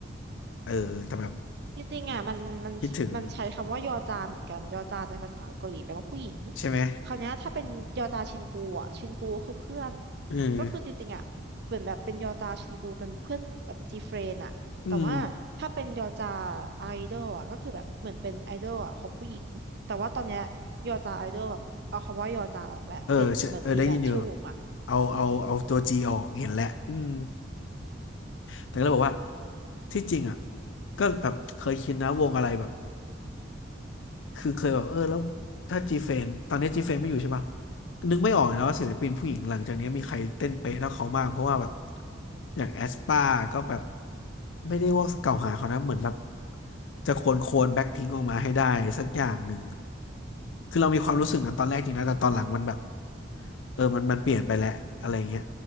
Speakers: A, on the left (about 75°); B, on the right (about 60°).
A: เออแต่แบบ
B: จริงๆอ่ะมันมันมันใช้คำว่ายอจาเหมือนกันยอจาในภาษาเกาหลีแปลว่าผู้หญิง
A: คิดถึงใช่ไหม
B: คราวเนี้ยถ้าเป็นยอจาชินกูอ่ะชินกูก็คือเพื่อน
A: อืม
B: ก็คือจริงๆอ่ะเหมือนแบบเป็นยอจาชินกูเป็นเพื่อนแบบจีเฟรนอ่ะแต่ว่าถ้าเป็นยอจา
A: อืม
B: ไอดอลอ่ะก็คือแบบเหมือนเป็นไอดอลอ่ะของผู้หญิงแต่ว่าตอนเนี้ยยอจาไอดอลแบบเอาคำว่ายอจาออกแหละเปลี่ยนเหมือนรีแบรนด์ชื่อวงอ่ะ
A: เออใช่เออได้ยินอยู่เอาเอาเอาตัวจีออกเห็นแล้วอืม แต่ก็เลยบอกว่าที่จริงอ่ะก็แบบเคยคิดนะวงอะไรแบบคือเคยแบบเออแล้วถ้าจีเฟนตอนนี้จีเฟนไม่อยู่ใช่ปะนึกไม่ออกเลยนะว่าศิลปินผู้หญิงหลังจากนี้มีใครเต้นเป๊ะเท่าเขาบ้างเพราะว่าแบบอย่างแอสปาก็แบบไม่ได้ว่าเกล่าวหาเขานะเหมือนแบบจะโคลนโคลนแบ็คพิงค์ออกมาให้ได้สักอย่างหนึ่งคือเรามีความรู้สึกนั้นตอนแรกจริงนะแต่ตอนหลังมันแบบเออมันมันเปลี่ยนไปแล้วอะไรเงี้ย